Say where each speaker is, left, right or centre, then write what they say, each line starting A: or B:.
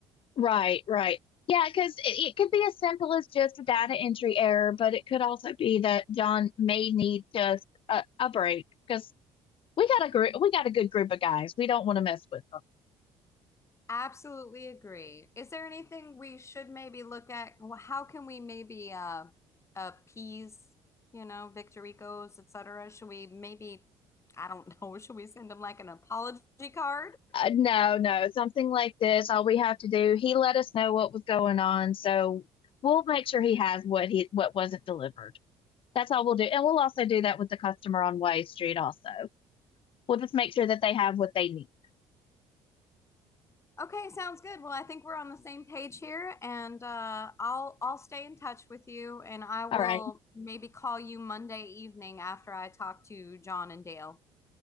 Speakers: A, on the left; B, on the left.
A: Right, right. Yeah, because it, it could be as simple as just a data entry error, but it could also be that John may need just a, a break because we got a group, we got a good group of guys. We don't want to mess with them.
B: Absolutely agree. Is there anything we should maybe look at? Wh- How can we maybe uh appease, you know, Victoricos, et cetera? Should we maybe, I don't know, <laughs> should we send them like an apology card?
A: Uh, no, no, something like this. All we have to do, he let us know what was going on, so we'll make sure he has what he what wasn't delivered. That's all we'll do, and we'll also do that with the customer on Way Street. Also, we'll just make sure that they have what they need.
B: Okay, sounds good. Well, I think we're on the same page here, and uh, I'll I'll stay in touch with you, and I will
A: All right.
B: maybe call you Monday evening after I talk to John and Dale.